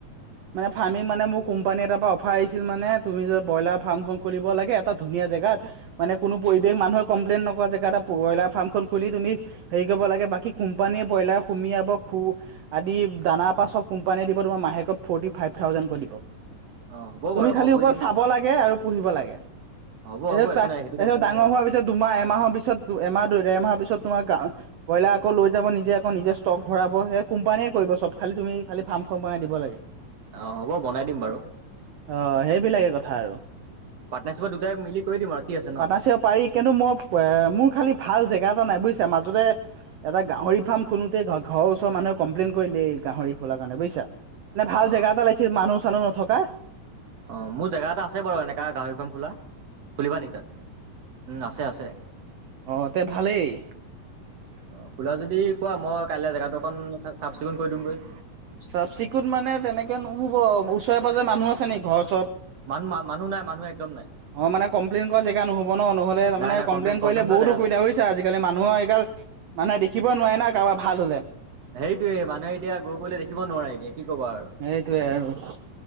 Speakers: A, on the right; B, on the right.
A: মানে ফাৰ্মিং মানে মোক কোম্পানীৰ এটাৰপৰা অফাৰ আহিছিল মানে তুমি যে, ব্ৰইলাৰ ফাৰ্মখন খুলিব লাগে এটা ধুনীয়া জেগাত মানে কোনো পৰিৱেশ মানুহ কমপ্লেইন নক পোৱা জেগা এটাত ব্ৰ'ইলাৰ ফাৰ্মখন খুলি তুমি হেৰি কৰিব লাগে, বাকী কোম্পানীয়ে ব্ৰ'ইলাৰ সুমিয়াব খু আদি দানাৰ পা চব কোম্পানীয়ে দিব তোমাৰ মাহেকত ফ'ৰ্টি ফাইভ থাউজেণ্ড কৈ দিব।
B: অ হ'ব
A: তুমি
B: বাৰু
A: খালি
B: মই কৰি
A: অকল
B: দিম
A: চাব লাগে আৰু পুহিব লাগে। তাৰপিছত
B: হ'ব হ'ব একো
A: তা
B: নাই সেইটো টেনচন
A: তাৰপিছত ডাঙৰ
B: নাই বাৰু
A: হোৱাৰ পিছত দুমাহ এমাহৰ পিছত, দু-এমাহ ডেৰমাহৰ পিছত তোমাৰ কাম, ব্ৰ'ইলাৰ আকৌ লৈ যাব নিজে আকৌ নিজে ষ্ট'ক ভৰাব সেই কোম্পানীয়ে কৰিব চব খালি তুমি খালি ফাৰ্ম সোমবাৰে দিব লাগে।
B: অ', হ'ব বনাই দিম বাৰু।
A: অ', সেইবিলাকে কথা আৰু।
B: পাৰ্টনাৰশ্বিপত দুটাই মিলি কৰি দিম আৰু কি আছে ন
A: পাটাশেও পাৰি কিন্তু মই অ', মোৰ খালি ভাল জেগা এটা নাই বুজিছে, মাজতে এটা গাহৰি ফাৰ্ম খোলোতে ঘ-ঘৰৰ ওচৰ মানুহে কমপ্লেইন কৰি লে গাহৰি খোলা কাৰণে বুইছা, মানে ভাল
B: অ
A: জেগা এটা লাগিছিল মানুহ চানুহ নথকা।
B: অ', মোৰ জেগা এটা আছে বাৰু এনেকা গাহৰি ফাৰ্ম খোলা, খুলিবা নেকি তাত? উম, আছে আছে
A: অ' তে <inaudible>
B: অ', খোলা যদি কোৱা মই কাইলৈ জেগাটো অকণ চাফ চিকুণ কৰি দিমগৈ
A: চাফ-চিকুণ মানে তেনেকে নুহ'ব, ওচৰে-পাজৰে মানুহ আছে নেকি ঘৰ ওচৰত?
B: মান-মানুহ নাই মানুহ একদম নাই।
A: অ', মানে কমপ্লেইন কৰা জেগা নহ'ব নহ'লে তাৰ
B: নাই
A: মানে
B: নাই
A: কমপ্লেইন কৰিলে
B: কৰা
A: বহুত
B: জেগা
A: অসুবিধা
B: নাই
A: বুইছা আজিকালি মানুহৰ এইগাল মানুহে দেখিব নোৱাৰে না। কাৰোবাৰ ভাল হ'লে
B: সেইটোৱে মানে এতিয়া গৰু কৰিলে দেখিব নোৱাৰে এতিয়া কি ক'ব আ
A: সেইটোৱে আৰু